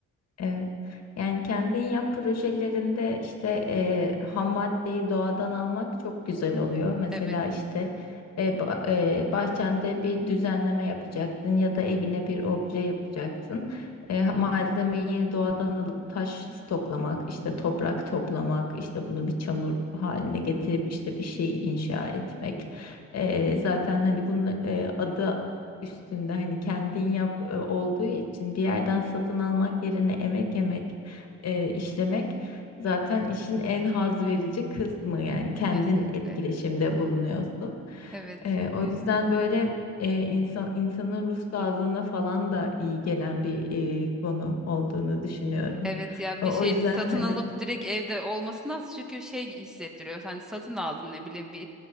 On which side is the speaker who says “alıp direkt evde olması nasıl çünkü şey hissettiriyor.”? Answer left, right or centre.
Centre